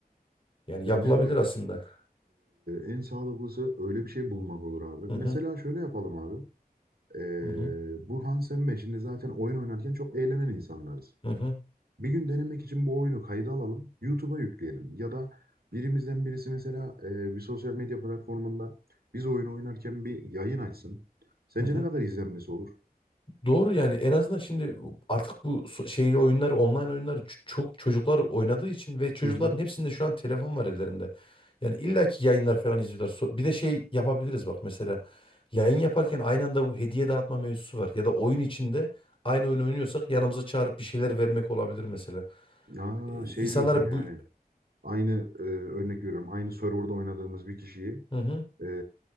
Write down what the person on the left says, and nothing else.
Yani
yapılabilir
aslında.
Hı hı.
Hı hı.
Hı hı.
Hı hı.
Doğru yani en azından şimdi artık bu so- şey oyunları online oyunları ç- çok çocuklar oynadığı için ve çocukların
hepsinde şu an telefon var ellerinde. Yani illaki yayınlar falan izliyorlar. So- Bir de şey yapabiliriz bak mesela yayın yaparken aynı anda bu hediye dağıtma mevzusu var ya da oyun içinde aynı oyunu oynuyorsak yanımıza çağırıp bir şeyler vermek olabilir mesela.
E, İnsanlara
bu
Hı hı,